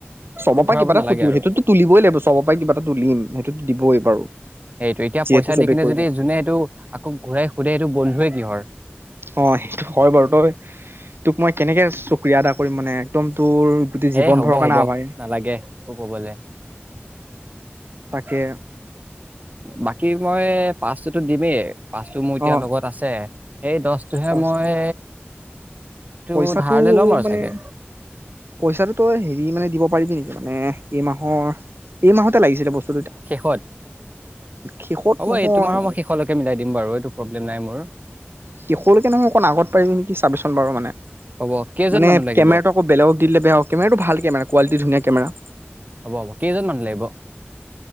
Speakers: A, on the right (about 60°); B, on the right (about 40°).
A: চবৰ
B: মোক
A: পৰা
B: ঘূৰাব
A: কিবা
B: নালাগে
A: এটা সেইটোতো
B: আৰু
A: তুলিবই লাগিব চবৰ পৰাই কিবা এটা তুলিম সেইটোতো দিবই বাৰু
B: সেইটো এতিয়া
A: যিহেতু
B: পইচা
A: চবেই
B: দি কিনে
A: কৰিব
B: যদি যোনে সেইটো আকৌ ঘূৰাই সুধাই এইটো বন্ধ কিহৰ
A: অ সেইটো হয় বাৰু তই তোক মই কেনেকে আ প্ৰক্ৰিয়া এটা কৰি মানে একদম তোৰ গোটেই জীৱন
B: এ হব
A: ভৰৰ কাৰণে
B: হ'ব
A: আভাৰ
B: নালাগে একো কবলে
A: তাকে
B: <unintelligible> বাকী মই পাঁচটোটো দিমেই পাছটো মোৰ এতিয়া
A: অ
B: লগত আছে এই দছটোহে
A: পাঁচ
B: মই টো
A: পইচাটো
B: ধাৰলে ল'ম আৰু
A: মানে
B: চাগে
A: পইচাটো তো হেৰি মানে দিব পাৰিবি নেকি মানে এই মাহৰ এই মাহতে লাগিছিলে বস্তু
B: শেষত
A: শেষত
B: হ'ব
A: নহয়
B: এই তোমাৰ মই শেষলৈকে মিলাই দিম বাৰু এইটো প্ৰব্লেম নাই মোৰ
A: শেষলৈকে নহয় অকণ আগত পাৰিবি নেকি ছবিচোন বাৰু মানে
B: হ'ব কেইজন
A: মানে
B: মানুহ লাগিব
A: কেমেৰাটো আকৌ বেলেগক দি দিলে বেয়া হ কেমেৰাটো ভাল কেমেৰা কোৱালিটি ধুনীয়া কেমেৰা
B: হ'ব হ'ব কেইজন মানুহ লাগিব
A: <unintelligible>